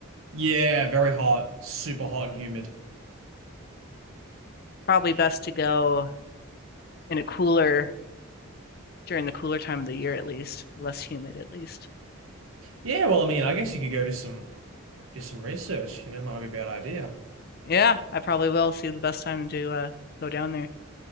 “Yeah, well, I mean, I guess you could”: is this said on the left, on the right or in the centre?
Right